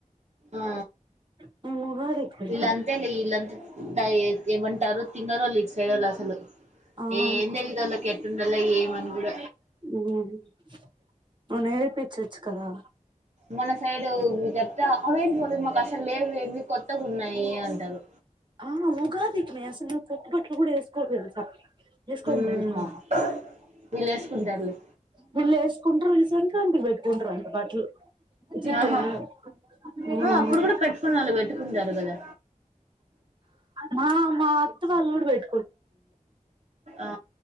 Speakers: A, on the right; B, on the right.
A: ఆ
B: మేము మోహరి కి పెడతాం
A: వీళ్ళంతేలే వీళ్ళంతా ఏమంటారు తింగారళ ఇట్ సైడ అసలు
B: అవును
A: ఏ ఏందదల కే మళ్ళ ఏమి అన కూడ
B: నువ్వు నేర్పించచ్చు కదా
A: మన సైడ్ మీ చెప్తే అవేంటి పోవ మాకు అసలు లేదు ఏ కొత్తగా ఉన్నాయి అంటారు
B: ఆహ ఉగాది కి మేము అసలు కొత్త బట్టలు కూడా వేసుకోం కొత్త బట్టలు ఎసుకొం
A: హ్మ్
B: తెలుసా
A: వీళ్ళు వేసుకుంటారులే
B: వీళ్ళు వేసుకుంటరు ఈ సంక్రాంతికి పెట్టుకుంటారు అంట బట్టలు విచిత్రంగా
A: ఆహా
B: మ్మ్
A: ఆ అప్పుడు కూడా పెట్టుకునే వాళ్ళు పెట్టుకుంటారు కదా
B: మా మా అత్తవాళ్ళ ఊరు పెట్టు
A: ఆ